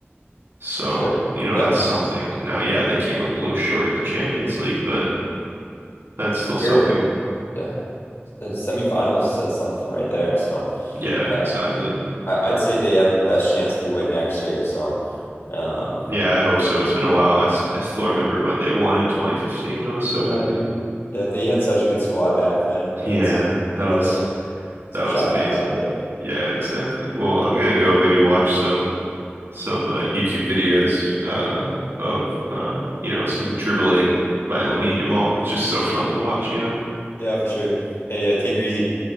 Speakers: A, on the right (about 70°); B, on the left (about 70°).
A: So,
B: for sure.
A: you know,
B: Yeah,
A: that's something. Now, yeah, they came up a little short in the Champions League, but that's still something.
B: clearly. Yeah, the semifinals says something right there. So,
A: Yeah,
B: uh,
A: exactly.
B: you- I, I'd say they have best chance to win next year. So, um,
A: Yeah, I hope so.
B: yeah,
A: It's been a while. I, s- I still remember when they won in 2015. I was so happy.
B: yeah, yeah, they had such a good squad back then, but
A: Yeah,
B: it's,
A: that
B: I mean
A: was
B: that's a it's
A: that
B: a chat
A: was amazing.
B: for another day.
A: Yeah, exactly. Well, I'm gonna go maybe watch some some uh, YouTube videos uh of uh you know some dribbling by Lamine Yamal. It's just so <laughs> fun to watch, you know.
B: Yeah, for sure. Hey, uh, take her easy.